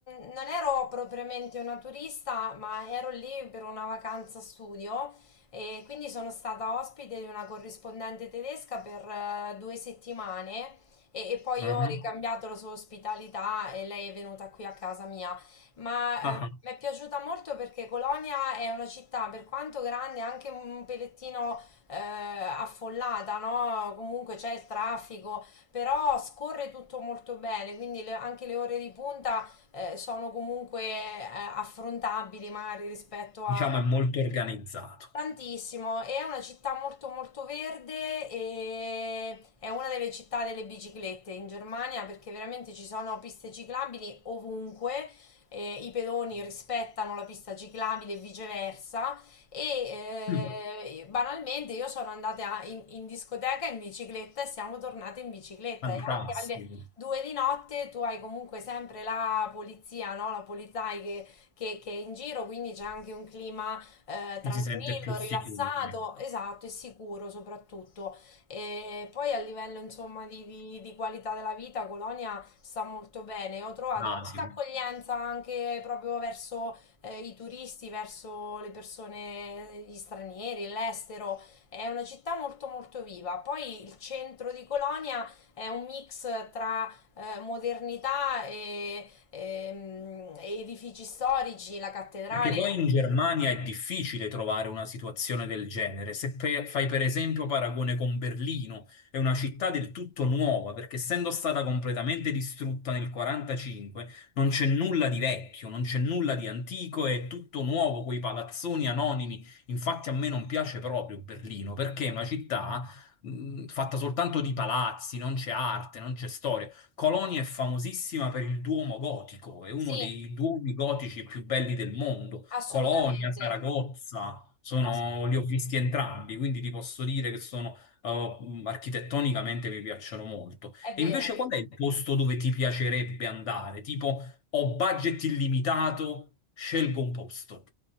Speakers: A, on the left; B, on the left.
A: mm, non ero propriamente una turista, ma ero lì per una vacanza studio e quindi sono stata ospite di una corrispondente tedesca per eh, due settimane e, e poi
B: Mhm.
A: ho ricambiato la sua ospitalità e lei è venuta qui a casa mia ma
B: Ah,
A: eh, mi
B: ah.
A: è piaciuta molto perché Colonia è una città, per quanto grande, anche un pelettino eh, affollata, no? Comunque c'è il traffico, però scorre tutto molto bene, quindi le- anche le ore di punta eh, sono comunque eh, affrontabili magari rispetto
B: Diciamo
A: a
B: è molto organizzato.
A: Tantissimo, è una città molto molto verde e è una delle città delle biciclette in Germania perché veramente ci sono piste ciclabili ovunque, eh, i pedoni rispettano la pista ciclabile e viceversa e
B: Mm,
A: eh, banalmente io sono andata in, in discoteca in bicicletta e siamo tornate in bicicletta
B: Fantastico.
A: e anche alle due di notte tu hai comunque sempre la polizia, no? La Polizei che, che che è in giro, quindi c'è anche un clima eh, tranquillo,
B: Ci si sente più sicuri,
A: rilassato,
B: ecco.
A: esatto, e sicuro soprattutto. E poi a livello insomma di, di- di qualità della vita, Colonia sta molto bene. Ho trovato
B: Ah,
A: molta
B: sì.
A: accoglienza anche proprio verso eh, i turisti, verso le persone, eh, gli stranieri, l'estero. È una città molto molto viva. Poi il centro di Colonia è un mix tra eh, modernità e, e, mm, edifici storici, la cattedrale.
B: Perché poi in Germania è difficile trovare una situazione del genere. Se pe- fai per esempio paragone con Berlino, è una città del tutto nuova, perché essendo stata completamente distrutta nel 45, non c'è nulla di vecchio, non c'è nulla di antico, è tutto nuovo, quei palazzoni anonimi. Infatti a me non piace proprio Berlino, perché è una città mh, fatta soltanto di palazzi, non c'è arte, non c'è storia. Colonia è famosissima per il Duomo gotico, è uno
A: Sì.
B: dei duomi gotici più belli del mondo.
A: Assolutamente.
B: Colonia, Saragozza, sono-
A: Ass-
B: li ho visti entrambi, quindi ti posso dire che sono, eh, architettonicamente mi piacciono molto.
A: È
B: E
A: vero.
B: invece qual è il posto dove ti piacerebbe andare? Tipo, ho budget illimitato, scelgo un posto.